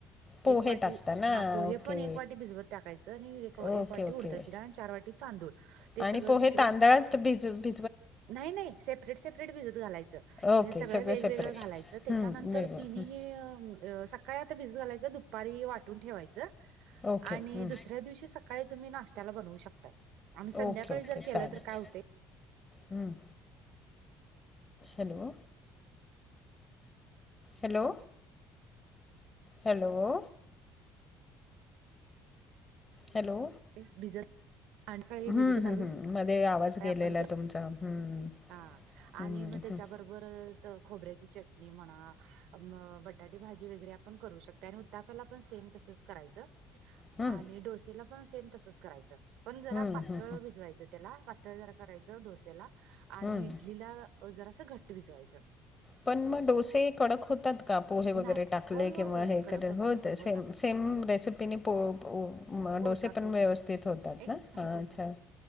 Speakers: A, on the left (about 25°); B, on the right (about 80°).
A: पोहे
B: एक वाटी
A: टाकता ना
B: हा पोहे
A: ओके
B: पण एक वाटी भिजवत टाकायचं, आणि
A: ओके
B: एक वाटी
A: ओके
B: उडदाची डाळ. चार वाटी तांदूळ. ते
A: आणि
B: सगळं
A: पोहे
B: मिश्रण
A: तांदळात भिजत.
B: नाही नाही सेपरेट सेपरेट भिजत घालायचं,
A: ओके
B: म्हणजे सगळं वेगवेगळं
A: सेपरेट
B: घालायचं. त्याच्यानंतर,
A: हम्म, वेगळं
B: तिन्ही
A: हम्म,
B: हे. अ सकाळी आता भिझत घालायचं. दुपारी वाटून ठेवायचं.
A: ओके
B: आणि
A: हम्म,
B: दुसऱ्या दिवशी सकाळी, सकाळी तुम्ही नाश्त्याला बनवू शकताय, आणि संध्याकाळी
A: ओके ओके
B: जर केलं
A: चालेल
B: तर काय होतय.
A: हम्म. Hello, hello. हॅलो. हॅलो.
B: <unintelligible> संध्याकाळी
A: हम्म
B: भिजत घालून
A: हम् हम् मध्ये आवाज
B: सकाळी
A: गेलेला
B: आपण ते
A: तुमचा. हम्म,
B: हा
A: हम्म
B: आणि मग त्याच्याबरोबर
A: हम्म
B: खोबऱ्याची चटणी म्हणा. मग बट बटाटे भाजी वगैरे आपण करू शकत. आणि उताप्याला पण सेम तसच करायचं
A: हम्म
B: आणि डोसेला पण सेम तसच करायच पण जरा
A: हम्म
B: पातळ
A: हम्म
B: भिजवायचं त्याला पातळ जरा करायच. च डोसेला आणि
A: हम्म.
B: इडलीला जरास घट्ट भिजवायच.
A: पण मग डोसे कडक होतात. का पोहे वगैरे
B: नाही
A: टाकले
B: होय होय
A: किंवा
B: होय
A: हे एखादे
B: कडक होतात
A: वेळेस होत
B: की होतात
A: सेम सेम रेसिपीने पो प मग
B: होतात
A: डोसे पण
B: होतात
A: व्यवस्थित होतात
B: एक
A: ना?
B: थांब
A: हा
B: पाच
A: छांन.